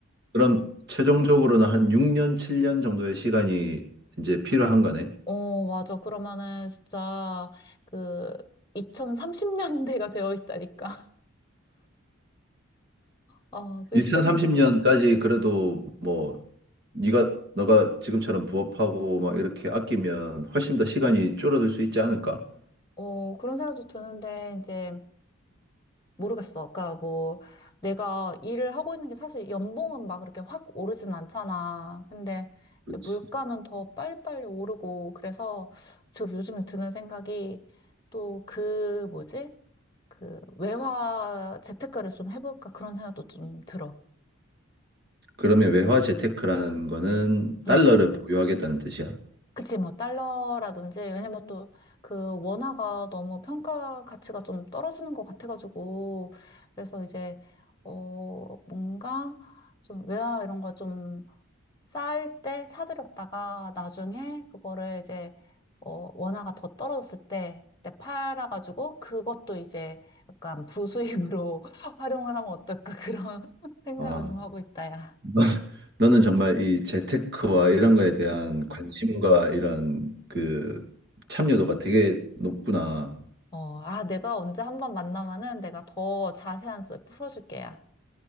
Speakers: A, on the right; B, on the left.
A: 그럼 최종적으로는 한 6년, 7년 정도의 시간이 이제 필요한 거네.
B: 어, 맞아. 그러면은 진짜 그 2030년대가 되어 있다니까. <laughs> 어, 또
A: 2030년까지
B: 이렇게 생,
A: 그래도 뭐 네가 너가 지금처럼 부업하고 막 이렇게 아끼면 훨씬 더 시간이 줄어들 수 있지 않을까?
B: 어, 그런 생각도 드는데, 이제 모르겠어. 그러니까 뭐 내가 일을 하고 있는 게 사실 연봉은 막 그렇게 확 오르진 않잖아. 근데
A: 그렇지.
B: 이제 물가는 더 빨리빨리 오르고 그래서 지금 요즘 드는 생각이 또 그 뭐지? 그 외화 재테크를 좀 해볼까 그런 생각도 좀 들어.
A: 그러면 외화 재테크라는 거는 달러를
B: 응.
A: 보유하겠다는 뜻이야.
B: 그치, 뭐, 달러라든지, 왜냐면 또, 그, 원화가 너무 평가 가치가 좀 떨어지는 것 같아가지고, 그래서 이제, 어, 뭔가, 좀, 외화 이런 거 좀, 쌓을 때 사들였다가, 나중에 그거를 이제, 어, 원화가 더 떨어졌을 때, 그때 팔아가지고, 그것도 이제, 약간 부수입으로 <laughs> 활용을 하면 어떨까, 그런 <laughs> 생각을
A: 아,
B: 좀 하고 있다, 야.
A: <laughs> 너는 정말 이 재테크와 이런 거에 대한 관심과 이런 그 참여도가 되게 높구나.
B: 어, 아, 내가 언제 한번 만나면은 내가 더 자세한 썰 풀어줄게야.